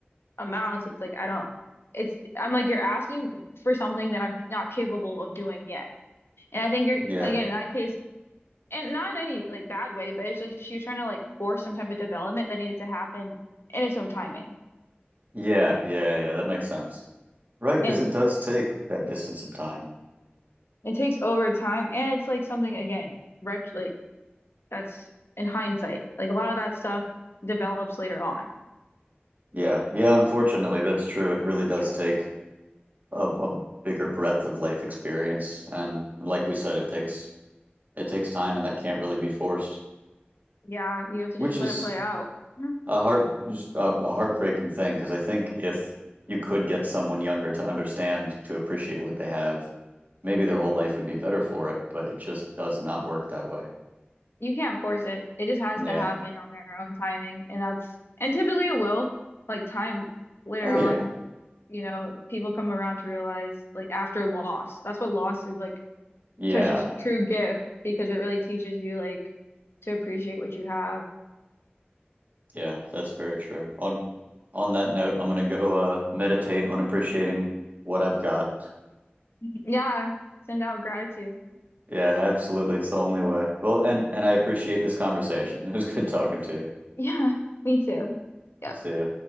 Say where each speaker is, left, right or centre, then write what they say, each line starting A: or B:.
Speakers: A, on the left (about 85°); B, on the right (about 45°).
A: amounts, it's like, I don't, it's, I'm like, you're asking for something that I'm not capable of doing yet. And I think you're,
B: Yeah.
A: again, in that case, and not in any like bad way, but it's like she was trying to like force some type of development that needed to happen in its own timing.
B: Yeah, yeah, yeah, that makes sense. Right, because
A: And
B: it does take that distance of time.
A: it takes over time. And it's like something, again, ret like, That's in hindsight. Like a lot of that stuff develops later on.
B: Yeah. Yeah, unfortunately, that's true. It really does
A: Yeah.
B: take a, a bigger breadth of life experience. And like we said, it takes it takes time and that can't really be forced,
A: Yeah. You have to
B: which
A: just
B: is
A: let it play out. <laughs> Mhm.
B: a heart just a, a heartbreaking thing because I think if you could get someone younger to understand to appreciate what they have, maybe their whole life would be better for it, but it just does not work that way.
A: You can't force it. It just has
B: Yeah.
A: to happen on their own timing. And that's, and typically it will, like time later
B: Oh
A: on,
B: yeah.
A: you know, people come around to realize like after loss, that's what loss is like
B: Yeah.
A: such a true gift because it really teaches you like to appreciate what you have.
B: Yeah, that's very true. On on that note, I'm gonna go uh meditate on appreciating what I've got.
A: Yeah. Send out gratitude. <laughs>
B: Yeah, absolutely. It's the only way. Well, and and I appreciate this conversation. <laughs> It was good talking to you.
A: Yeah. Me too. Yep.
B: See ya.